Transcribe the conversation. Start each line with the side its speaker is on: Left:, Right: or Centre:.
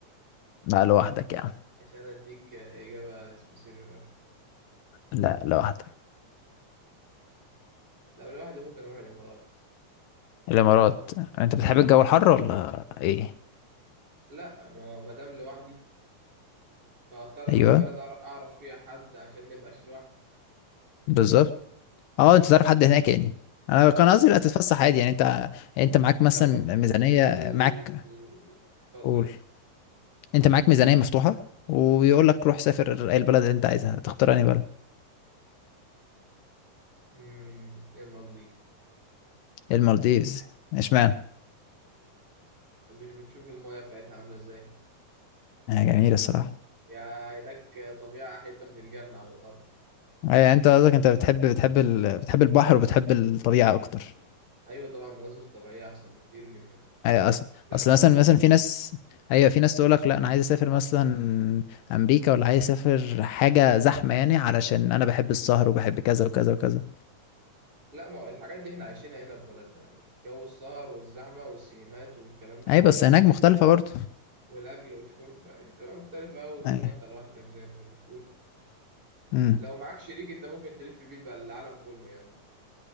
Left: لا لوحدك يعني
Right: عشان اديك اجابه سبيسيفيك اكتر
Left: لا لوحدك
Right: لو لوحدي ممكن اروح الامارات
Left: الامارات انت بتحب الجو الحر ولا ايه
Right: لا ما ما دام لوحدي فاضطر اروح
Left: ايوه
Right: بلد أعر- اعرف فيها حد عشان نبقاش لوحدي
Left: بالظبط
Right: صح
Left: اه انت
Right: كده
Left: تعرف حد هناك يعني انا
Right: اه
Left: كان قصدي لا تتفسح عادي يعني انت يعني انت معاك مثلا
Right: لو
Left: ميزانيه
Right: ال-
Left: معاك
Right: اتفضل
Left: قول انت معاك ميزانية مفتوحة ويقول لك روح سافر اي البلد اللي انت عايزها تختار انهي بلد
Right: امم المالديف
Left: المالديفز اشمعنى
Right: انت مش بتشوف المايه بتاعتها عامله ازاي
Left: هي جميلة الصراحة
Right: يا هناك طبيعه حته من الجنه على الارض
Left: اي انت قصدك انت بتحب بتحب ال... بتحب البحر وبتحب الطبيعة اكتر
Right: ايوه طبعا مناظر طبيعيه احسن بكتير من
Left: اي اصل
Right: الزحمه
Left: اصل مثلا
Right: والجو
Left: مثلا في ناس ايوه في ناس تقول لك لا انا عايز اسافر مثلا امريكا ولا عايز اسافر حاجة زحمة يعني علشان انا بحب السهر وبحب كذا وكذا وكذا
Right: لا ما هو الحاجات دي احنا عايشينها هنا في بلدنا يعني جو السهر والزحمة والسينمات والكلام ده احنا
Left: اي
Right: عايشينه
Left: بس هناك مختلفة برضه
Right: والأكل والشرب عايشين تبقى مختلفة أوي طول
Left: اي
Right: ما أنت لوحدك زي ما بتقول
Left: امم
Right: لو معاك شريك أنت ممكن تلف بيه بقى العالم كله يعني